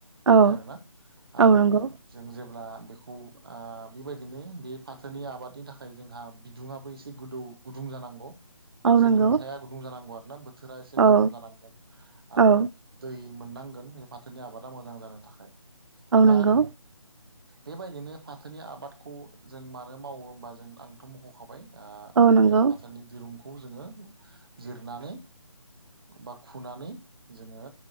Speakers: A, on the right; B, on the right.
A: बे
B: औ
A: आरोना। आरो
B: औ नंगौ
A: जों जेब्ला बेखौ बेबायदिनो बे फाथोनि आबादनि थाखाय जोंहा बिदुङआो एसे गोदौ गुदुं जानांगौ।
B: औ
A: एसे
B: नंगौ
A: दुंथाया गुदुं जानांगौ आरो ना बोथोरा एसे
B: औ
A: गरम जानांगोन आरो
B: औ
A: दै मोननांगोन बे फाथोनि आबादा मोजां जानो थाखाय
B: औ
A: दा
B: नंगौ
A: बेबायदिनो फाथोनि आबादखौ जों मानो मावो होमबा जों आंथ' <unintelligible> <unintelligible> बे
B: औ नंगौ
A: फाथोनि दिरुंखौ जोङो जिरनानै बा खुनानै जोङो